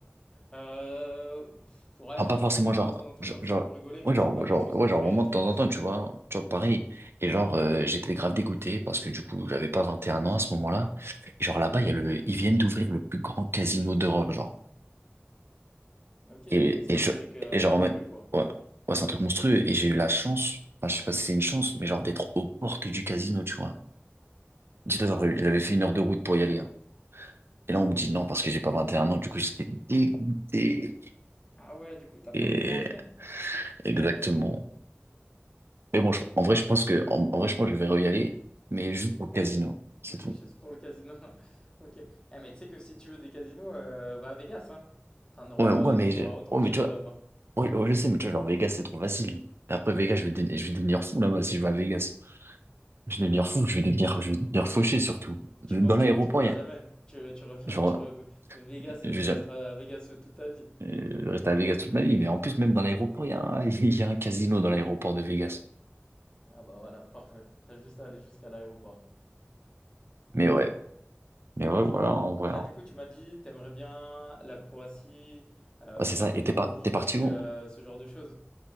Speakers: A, on the left (about 20°); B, on the right (about 60°).
A: Euh, pff, ouais,
B: Enfin,
A: vraiment
B: pas forcément
A: juste
B: genre,
A: de temps en temps
B: je-
A: comme
B: genre,
A: ça pour rigoler, mais
B: ouais, genre,
A: c'est pas quelque
B: genre,
A: chose
B: ouais,
A: que je
B: genre
A: fais
B: vraiment
A: très
B: de temps en
A: souvent,
B: temps, tu
A: quoi.
B: vois, tu vois, pareil. Et genre, euh, j'étais grave dégoûté parce que du coup, j'avais pas 21 ans à ce moment-là. Et genre là-bas, il y a le, ils viennent d'ouvrir le plus grand casino d'Europe, genre.
A: Ok,
B: Et,
A: du coup, c'est
B: et
A: un
B: je,
A: truc euh,
B: et genre,
A: monstrueux,
B: en mode-
A: quoi.
B: ouais, ouais, c'est un truc monstrueux. Et j'ai eu la chance, enfin, je sais pas si c'est une chance, mais genre d'être aux portes du casino, tu vois. Dis-toi, genre, j'avais fait une heure de route pour y aller, hein. Et là, on me dit non parce que j'ai pas 21 ans, du coup, j'étais dégoûté.
A: Ah ouais, du coup, t'as pas
B: Et
A: pu rentrer.
B: exactement. Mais bon, je- en vrai, je pense que, en, en vrai, je pense que je vais re-y aller, mais juste pour le casino,
A: <laughs>
B: c'est
A: Juste
B: tout.
A: pour le casino. <laughs> OK. Eh, mais tu sais que si tu veux des casinos, euh, va à Vegas, hein. T'en auras,
B: Ouais, ouais, mais,
A: t'en
B: je-
A: auras
B: ouais,
A: autant que
B: mais
A: tu
B: tu
A: veux
B: vois,
A: là-bas.
B: ouais, ouais, je sais, mais tu vois, genre Vegas, c'est trop facile. Après Vegas, je vais, dé- je vais devenir fou là-bas si je vais à Vegas. Je vais devenir fou, je vais devenir, je vais devenir fauché surtout.
A: Tu
B: Dans
A: penses que
B: l'aéroport,
A: tu rentreras
B: il y a,
A: jamais. Tu, tu reviens,
B: genre,
A: tu re- Vegas,
B: je vais
A: tu
B: jamais,
A: resteras à Vegas toute ta vie.
B: euh, rester à Vegas toute ma vie, mais en plus, même dans l'aéroport, il y a un, <laughs> il y a un casino dans l'aéroport de Vegas.
A: Ah bah voilà, parfait. T'as juste à aller jusqu'à l'aéroport.
B: Mais ouais, mais ouais,
A: Ok.
B: voilà, en vrai.
A: Et là,
B: hein.
A: du coup, tu m'as dit, t'aimerais bien la Croatie, euh,
B: Ouais,
A: faire
B: c'est ça,
A: Dubrovnik,
B: et t'es par- t'es parti où?
A: euh, ce genre de choses.